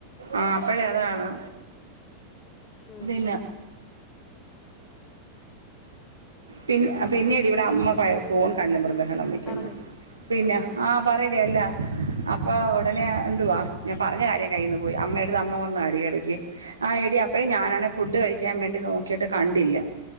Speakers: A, on the right (about 75°); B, on the left (about 30°).
A: ആഹ് അപ്പഴേ അതാണ്
B: ഉം
A: പിന്നെ പിന്നെ പിന്നീട് ഇവിടെ അമ്മ ഫോൺ കണ്ടെന്നു പറഞ്ഞു
B: ഉം
A: ബഹള വെയ്ക്കുന്നു.
B: പറഞ്ഞോ
A: പിന്നെ ആഹ് പറയടി അല്ല അപ്പൊ ഉടനെ എന്തുവാ ഞാൻ പറഞ്ഞ കാര്യം കയ്യിൽന്ന് പോയി അമ്മ എടുത്ത് അമ്മ വന്ന് അടടക്ക് ആ ഹ്എടി അപ്പഴേ ഞാനാെ
B: ഉം
A: ഫുഡ് കഴിക്കാൻ വേണ്ടി നോക്കിട്ട് കണ്ടില്ല